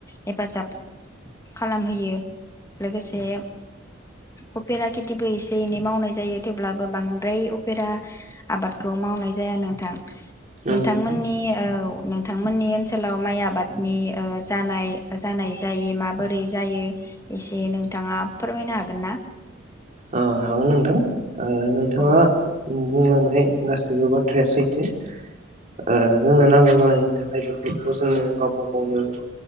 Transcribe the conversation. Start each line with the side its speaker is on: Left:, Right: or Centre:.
Left: हेफाजाब खालामहोयो लोगोसे उफेरा खेथिबो एसे-एनै मावनाय जायो थेवब्लाबो बांद्राय उफेरा आबादखौ मावनाय जाया नोंथां।
Right: औ
Left: नोंथांमोननि
Right: नोंथां
Left: औ नोंथांमोननि ओनसोलाव माइ आबादनि ओ जानाय-जानाय जायि माबोरै जायो एसे नोंथाङा फोरमायनो हागोन ना?
Right: अ हागोन नोंथां। ओ नोंथाङा
Left: औ
Right: बुंलांनाय गासैबो बाथ्राया सैथो ओ जोंनो नांगौ जानायनि थाखाय बेफोरखौ जोङो गावबा गावनो